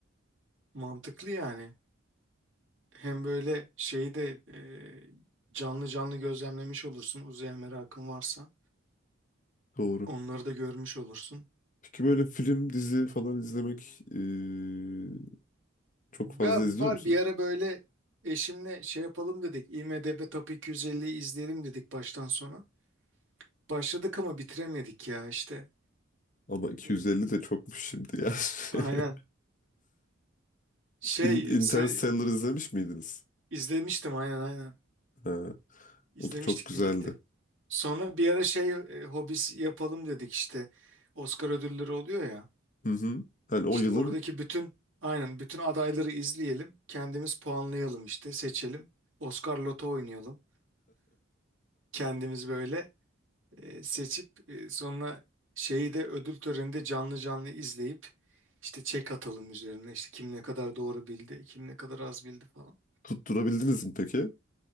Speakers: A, on the right (about 70°); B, on the left (about 40°).
A: Mantıklı yani. Hem böyle şeyi de e, canlı canlı gözlemlemiş olursun uzaya merakın varsa.
B: Doğru.
A: Onları da görmüş olursun.
B: Peki böyle film, dizi falan izlemek eee, çok fazla
A: Ya
B: izliyor
A: var
B: musunuz?
A: bir ara böyle eşimle şey yapalım dedik. IMDb Top 250'yi izleyelim dedik baştan sona. Başladık ama bitiremedik ya işte.
B: Ama iki
A: Ee,
B: yüz elli de çokmuş şimdi ya.
A: aynen.
B: <laughs>
A: Şey
B: In- Interstellar
A: se-
B: izlemiş miydiniz?
A: izlemiştim aynen aynen.
B: Ha,
A: İzlemiştik
B: o da çok güzeldi.
A: birlikte. Sonra bir ara şey e, hobis yapalım dedik işte. Oscar ödülleri oluyor ya.
B: Hı hı. Hani o
A: İşte
B: yılın
A: oradaki bütün aynen bütün adayları izleyelim. Kendimiz puanlayalım işte seçelim. Oscar Loto oynayalım. Kendimiz böyle. e, seçip e, sonra şeyi de ödül töreninde canlı canlı izleyip işte çek atalım üzerine işte kim ne kadar doğru bildi, kim ne kadar az bildi falan.
B: tutturabildiniz mi peki?